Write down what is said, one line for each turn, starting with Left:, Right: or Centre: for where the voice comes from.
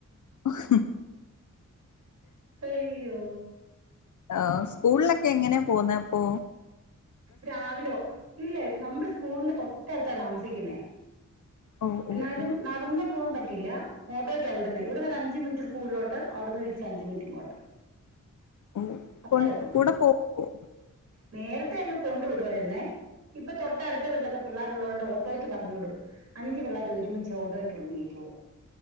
Left: ഉ
Right: അയ്യോ
Left: ആഹ് സ്കൂളിലൊക്കെ എങ്ങനെയ പോവുന്നേ അപ്പോ
Right: രാവിലോ ഇല്ല നമ്മള് സ്കൂളിന്റെ തൊട്ടടുത്ത താമസിക്കുന്നേ
Left: ഓ ഓ
Right: എന്നാലും
Left: ഓ
Right: ന ടന്ന് പോവാൻ പറ്റില്ല ഓട്ടോയ്ക്ക വിടുന്നെ ഇവിടുന്ന് അഞ്ച് മിനിറ്റ് സ്കൂളിലോട്ട് അവിടുന്ന് തിരിച്ച് അഞ്ച് മിനിറ്റ് ഇങ്ങോട്ട്
Left: ഓഹ്
Right: അത്രേ
Left: കൊൺ
Right: ഉള്ളൂ
Left: കൂടെ പോവോ
Right: നേരത്തെ അങ്ങ് കൊണ്ടു വിടുവായിരുന്നേ ഇപ്പൊ തൊട്ടടുത്ത വിട്ടിലോക്ക പിള്ളേരുള്ളതുകണ്ട് ഓട്ടോയ്ക്ക് പറഞ്ഞുവിടും അഞ്ച് പിള്ളേരെ ഒരുമച്ച് ഓട്ടോയ്ക്ക് ഇവിടുന്ന് കേറ്റിവിടും